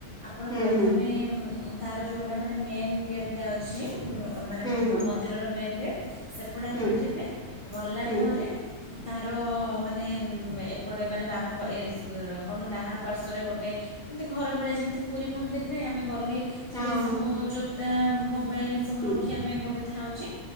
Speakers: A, on the left; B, in the centre.
A: ଆପଣ
B: ହୁଁ
A: ପ୍ରଥମେ
B: ହୁଁ
A: ତାର ଯେଉଁଟା ମାନେ ମେନ୍ ଗେଟ୍ ଟା ଅଛି ମାନେ
B: ହୁଁ ହୁଁ
A: ମନ୍ଦିରର ମେନ୍ ଗେଟ୍ ସେପଟେ ଆପଣ
B: ହୁଁ ହୁଁ
A: ଯିବେ ଗଲା
B: ହୁଁ
A: ପରେ ତାର ମାନେ ଏପଟେ ମାନେ ବାମ ପା ଏ କଣତ ଡାହାଣ ପାର୍ଶ୍ଵରେ ଗୋଟେ ଏମିତି ଘର ଭଳିଆ ଯେମିତି ପୁରୀ ମନ୍ଦିର ନାଇ ଆମେ ଗଲେ ସେଠି
B: ହଁ
A: ସବୁ ଜୋତା ମୋବାଇଲ ସବୁ
B: ହୁଁ,
A: ରଖିବା ପାଇଁ ଗୋଟେ ଥାଉଛି